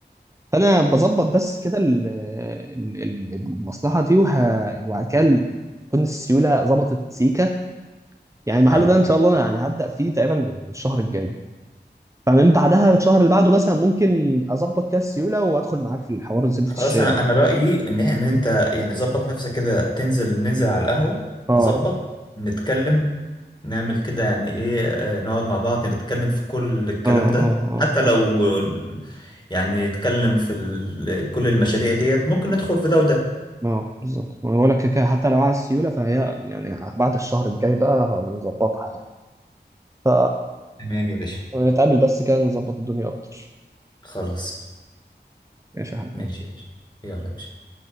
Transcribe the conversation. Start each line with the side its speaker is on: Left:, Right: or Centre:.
Right: فانا بظبط بس كده ال- ال- ال- المصلحه دي وه... وبعد كده ال- تكون السيوله ظبطت سيكا يعني المحل
Left: آه.
Right: ده ان شاء الله انا يعني هبدا فيه تقريبا الشهر الجاي فمن بعدها الشهر اللي بعده مثلا ممكن اظبط كده السيوله وادخل معاك في الحوار زبده
Left: خلاص
Right: الشيا
Left: انا انا
Right: ده
Left: رايي ان إحنا- ان انت يعني ظبط نفسك كده تنزل ننزل على القهوه نظبط
Right: اه
Left: نتكلم نعمل كده يعني ايه آه، نقعد مع بعض نتكلم في كل الكلام
Right: اه
Left: ده
Right: اه اه
Left: حتى
Right: اه
Left: لو يعني نتكلم في ال- كل المشاريع ديت ممكن ندخل في ده وده
Right: اه بالظبط ما أنا بقول لك كده كده، حتى لو على السيوله فهي يعني بعد الشهر الجاي بقى هنظبطها يعني ف
Left: تمام يا باشا
Right: نتقابل بس كده نظبط الدنيا اكتر
Left: خلاص
Right: ماشي يا حبيبي
Left: ماشي يا باشا يلا يا باشا